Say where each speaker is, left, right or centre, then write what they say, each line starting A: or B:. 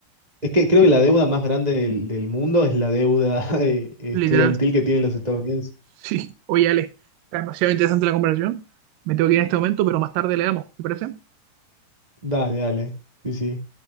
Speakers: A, on the right (about 65°); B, on the right (about 85°).
A: es que creo que la deuda más grande del, del mundo es la deuda <laughs> eh, estudiantil
B: Literal.
A: que tienen los estadounidenses.
B: Sí, oye Ale, está demasiado interesante la conversación. Me tengo que ir en este momento, pero más tarde le damos, ¿te parece?
A: Dale, dale. Sí, sí.